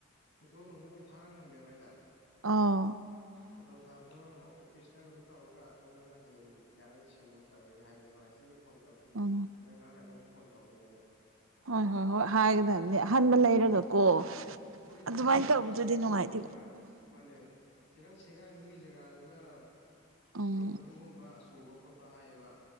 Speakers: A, on the left; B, on the right.
A: ꯐꯣꯇꯣ ꯅꯨꯡꯖꯨ ꯂꯣꯏ ꯊꯥꯒ꯭ꯔꯝꯅꯦꯕ ꯑꯩꯅ
B: ꯑꯧ
A: ꯑꯣꯇꯣ ꯇꯥꯕꯗꯣ ꯑꯣꯐꯤꯁꯇ ꯀꯩꯅꯣ ꯇꯧꯔꯒ ꯑꯣꯜꯂꯒ ꯍꯌꯦꯡ ꯌꯥꯔꯒꯗꯤ ꯁꯤꯟ ꯑꯃ ꯇꯧꯔꯒꯦ ꯍꯥꯏꯕꯅꯦ ꯃꯥ ꯉꯁꯤꯒꯤ ꯐꯣꯟ ꯇꯧꯗ꯭ꯔꯤ
B: ꯑꯪ ꯑꯪ
A: ꯍꯣꯔꯦꯟ ꯉꯥꯍꯥꯛ ꯂꯩꯔꯒ ꯑꯃꯨꯛ ꯐꯣꯟ ꯇꯧꯗꯣꯏꯅꯦ ꯑꯩꯅ
B: ꯍꯣꯏ ꯍꯣꯏ ꯍꯣꯏ ꯍꯥꯏꯒꯗꯕꯅꯤ ꯑꯍꯟꯕ ꯂꯩꯔꯒꯀꯣ
A: ꯃꯣꯏꯅ
B: ꯑꯗꯨꯃꯥꯏꯅ
A: ꯍꯥꯏꯔꯤꯁꯦ
B: ꯇꯧꯕꯗꯨꯗꯤ
A: ꯆꯦꯔꯪ
B: ꯅꯨꯡꯉꯥꯏꯇꯦꯕ
A: ꯍꯣꯏ ꯃ ꯑꯅꯦ ꯆꯦꯔꯪ ꯁꯦꯒꯥꯏꯕꯒꯤ ꯖꯒꯥꯗꯨꯗ
B: ꯎꯝ
A: ꯄꯨꯔꯛꯄꯗꯒꯨꯝꯕ ꯆꯨ ꯆꯨꯕ ꯈꯣꯠꯄ ꯍꯥꯏꯌꯦꯕ